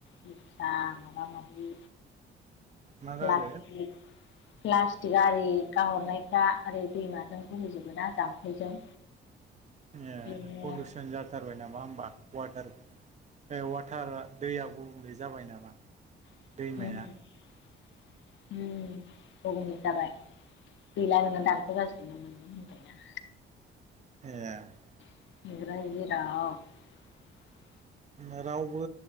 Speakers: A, on the left; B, on the right.
A: लेथ्रा माबा माबि
B: मा गारो
A: प्लास्टिक
B: ए
A: प्लास्टिक आरि गाहरनायफ्रा ओरै दैमाजों बहैजोबो ना जाम्फैजों।
B: ए
A: बेनो
B: पलुसन जाथारबाय नामा होमबा वाटार बे वाथारा दैयाव गुबुंले जाबाय नामा?
A: <unintelligible>
B: दैमाया
A: उम गुबुंले जाबाय। गैला नोंना दानख' जाजोबगोन <unintelligible>
B: ए
A: <unintelligible>
B: होमबा रावबो